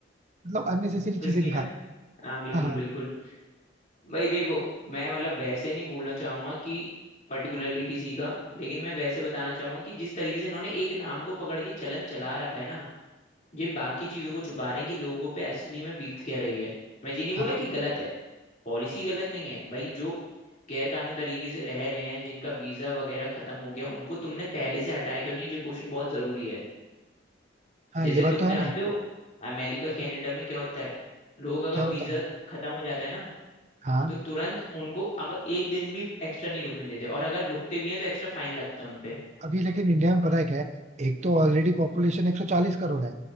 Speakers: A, on the right; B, on the left.
A: मतलब अननेसेसरी चीजें
B: उसी की
A: दिखा
B: ना हाँ बिल्कुल
A: हाँ हाँ
B: बिल्कुल भाई देखो मैं मतलब वैसे नहीं बोलना चाहूंगा कि पर्टिकुलरली किसी का लेकिन मैं वैसे बताना चाहूंगा कि जिस तरीके से इन्होंने एक नाम को पकड़ के चलन चला रखा है ना ये बाकी चीजों को छुपा रहे हैं कि लोगों पे असली में बीत क्या रही है मैं ये नहीं बोला
A: हाँ
B: कि
A: वो
B: गलत
A: तो है
B: है पॉलिसी गलत नहीं है भाई जो गैर कानूनी तरीके से रह रहे हैं जिनका वीजा वगैरह खत्म हो गया उनको तुमने पहले से हटाया क्यों नहीं ये क्वेश्चन बहुत जरूरी है
A: हाँ
B: जैसे
A: ये बात
B: तुम
A: तो है
B: जानते
A: ना
B: हो अमेरिका
A: हाँ,
B: कनाडा में क्या होता है लोग अगर
A: क्या होता
B: वीजा
A: है
B: खत्म हो जाता है ना
A: हाँ
B: तो तुरंत उनको अगर एक दिन भी एक्स्ट्रा नहीं रुकने देते और अगर रुकते भी हैं तो एक्स्ट्रा फाइन लगता है उनपे
A: अभी लेकिन इंडिया में पता है क्या है एक तो ऑलरेडी पॉपुलेशन 140 करोड़ है